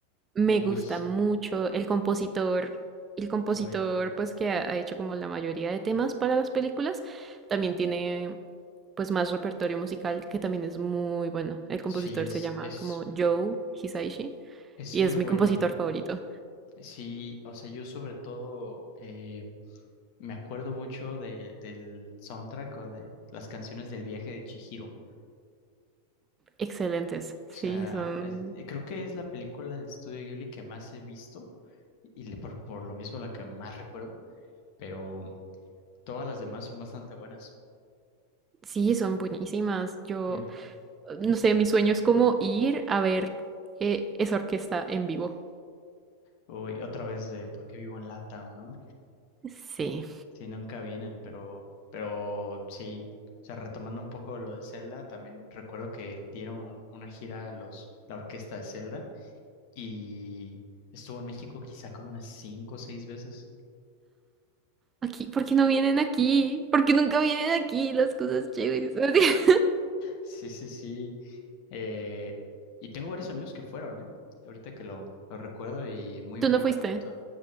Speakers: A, on the right (about 20°); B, on the left (about 45°).
A: Me
B: Uy,
A: gusta mucho el compositor. El compositor,
B: uy.
A: pues, que ha ha hecho como la mayoría de temas para las películas, también tiene, pues, más repertorio musical que también es muy bueno. El compositor
B: Sí, es,
A: se llama
B: es,
A: como Joe Hisaishi
B: es
A: y
B: muy
A: es
B: bueno.
A: mi compositor favorito.
B: Sí, o sea, yo sobre todo eh, me acuerdo mucho de, del soundtrack o de las canciones del viaje de Chihiro.
A: Excelentes, sí,
B: O sea,
A: son
B: es- eh, creo que es la película de Studio Ghibli que más he visto y le- por, por lo mismo la que más recuerdo. pero todas las demás son bastante buenas.
A: Sí, son buenísimas. Yo,
B: El-
A: no sé, mi sueño es como ir a ver eh, esa orquesta en vivo.
B: uy, otra vez de por qué vivo en LATAM, ¿no?
A: Sí.
B: Sí, nunca vienen, pero, pero sí. O sea, retomando un poco lo de Zelda, también recuerdo que dieron una gira a los, la orquesta de Zelda y estuvo en México quizá como unas cinco o seis veces.
A: Aquí, ¿por qué no vienen aquí? ¿Por qué nunca vienen aquí las cosas chéveres? <laughs>
B: Sí, sí, sí. Eh, y tengo varios amigos que fueron, ¿eh? Ahorita que lo, lo recuerdo y muy,
A: ¿Tú
B: muy
A: no fuiste?
B: buen evento.